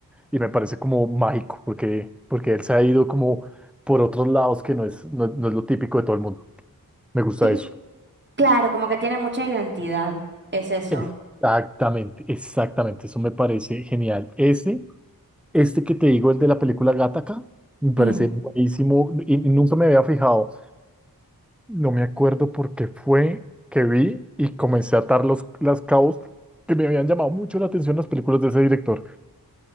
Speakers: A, in the centre; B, on the right (about 30°).
A: y me parece como mágico, porque, porque él se ha ido como por otros lados que no es, no, no es lo típico de todo el mundo. Me gusta
B: Sí,
A: eso.
B: Claro, como que tiene mucha identidad, es eso.
A: Exactamente, exactamente, eso me parece genial. Ese. Este que te digo, el de la película Gattaca, me parece
B: Mm.
A: buenísimo y, y nunca me había fijado. No me acuerdo por qué fue que vi y comencé a atar los, las cabos que me habían llamado mucho la atención las películas de ese director.